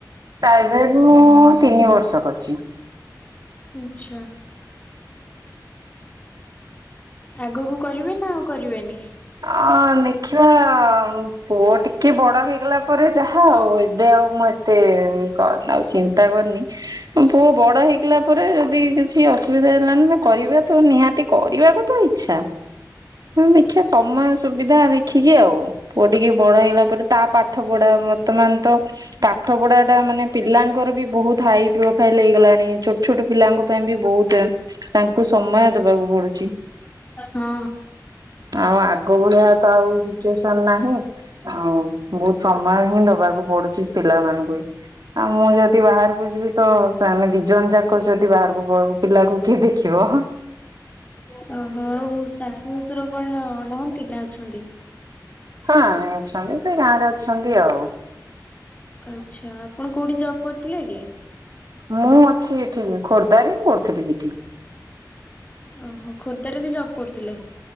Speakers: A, on the right; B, on the left.
A: ପ୍ରାଇଭେଟ୍ ମୁଁ ତିନି ବର୍ଷ କରିଛି।
B: ଆଚ୍ଛା। ଆଗକୁ କରିବେ ନା ଆଉ କରିବେନି?
A: ଆଁ ଦେଖିବା ପୁଅ ଟିକେ ବଡ ହେଇଗଲା ପରେ ଯାହା ଆଉ ଏବେ ଆଉ ମୁଁ ଏତେ ଆଉ ଚିନ୍ତା କରିନି ପୁଅ ବଡ ହେଇଗଲା ପରେ ଯଦି କିଛି ଅସୁବିଧା ହେଲାନି କରିବା ତ ନିହାତି। କରିବାକୁ ତ ଇଚଛା ଦେଖିବା ସମୟ ସୁବିଧା ଦେଖିକି ଆଉ। ପୁଅ ଟିକେ ବଡ ହେଇଲା ପରେ ତା ପାଠ ପଢା ବର୍ତ୍ତମାନ ତ ପାଠ ପଢା ଟା ମାନେ ପିଲାଙ୍କର ବି ବହୁତ ହାଇ ପ୍ରୋଫାଇଲ ହେଇଗଲାଣି ଛୋଟ ଛୋଟ ପିଲାଙ୍କ ପାଇଁ ବି ବହୁତ ତାଙ୍କୁ ସମୟ ଦବାକୁ ପଡୁଛି
B: ହୁ
A: ଆଉ ଆଗ ଭଳିଆ ତ ଆଉ ସିଚୁଏସନ ନାହିଁ ଆଉ ବହୁତ ସମୟ ହିଁ ଦବାକୁ ପଡୁଛି ପିଲାମାନଙ୍କୁ ବି ଆଉ ମୁଁ ଯଦି ବାହାରକୁ ଯିବି ତ ଆମେ ଦି ଜଣ ଯାକ ଯଦି ବାହାରକୁ ପିବୁ ପିଲାକୁ କିଏ ଦେଖିବ?
B: ଓ ହୋଉ ଶାଶୁ ଶଶୁର କଣ ନହାନ୍ତି ନା ଅଛନ୍ତି?
A: ହଁ ଅଛନ୍ତି ସେ ଗାଁରେ ଅଛନ୍ତି ଆଉ
B: ଆଚ୍ଛା ଆପଣ କୋଉଠି ଜବ୍ କରିଥିଲେ କି?
A: ମୁଁ ଅଛି ଏଠି ଖୋର୍ଦ୍ଧ କରୁଥିଲି ଏଠି
B: ଓହୋ ଖୋର୍ଦ୍ଧାରେ ବି ଜବ୍ କରୁଥିଲେ